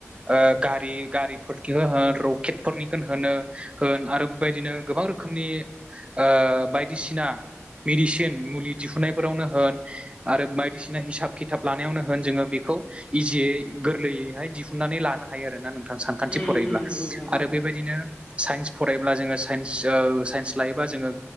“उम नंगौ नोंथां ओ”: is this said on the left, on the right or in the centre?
Left